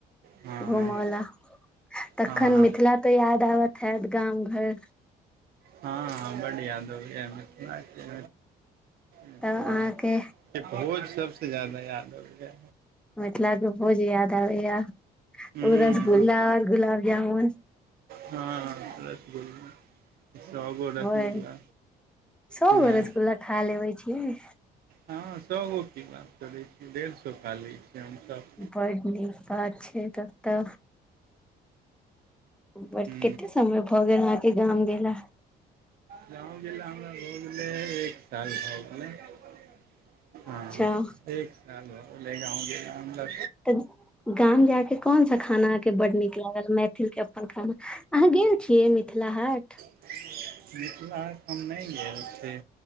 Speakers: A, on the right; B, in the centre.
A: हँ
B: घुमोला। तखन
A: हँ
B: मिथिला तऽ याद आबत हैत गाम घर।
A: हां, बड याद आबैये। मिथिला के
B: तऽ
A: मिथिला
B: अहाँके
A: के भोज सबसे ज्यादा याद आबैय ये।
B: मिथिलाके भोज याद आबैया।
A: हूँ
B: ओ रसगुल्ला आऔर गुलाब जामुन।
A: हँ, रसगुल्ला सौ गो रसगुल्ला,
B: बड़ सौ
A: हूं
B: गो रसगुल्ला खा लेबे छियै
A: हँ सौ गो की बात करै छी। डेढ़ सौ खा लैय छियै हमसभ।
B: बड नीक बात छै तब त। बस
A: हूँ
B: कते समय भऽ गेल अहाँके गाम गेला।
A: गाँव गेला हमरा भ गेलै चारि साल भ गेल हँ।
B: अच्छा
A: एक साल भ गेले गाँव गेला।
B: तऽ गाम जाइके कोन सा खाना अहाँके बड्ड नीक लागल, मैथिल के अपन खाना, अहाँ गेल छियै मिथिला हाट?
A: मिथिलाहाट हम नहि गेल छियै,